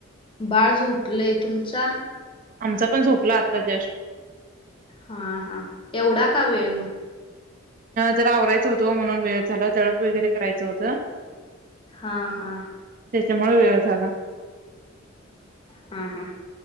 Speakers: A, on the left; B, on the right.
A: बाळ झोपलंय तुमचा
B: आमचा पण झोपला आता जस्ट
A: हा हा एवढा का वेळ मग
B: जरा आवरायचं होतं म्हणून वेळ झाला जडप वगैरे करायचं होतं
A: हा हा
B: त्याच्यामुळे वेळ झाला
A: हा हा